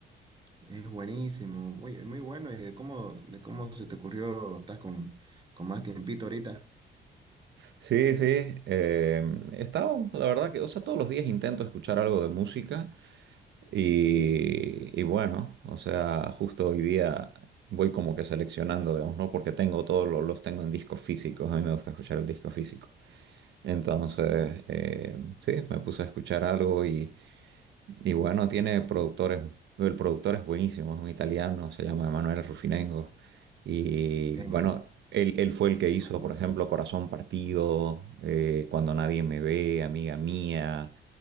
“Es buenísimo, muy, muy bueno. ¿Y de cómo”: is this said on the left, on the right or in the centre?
Right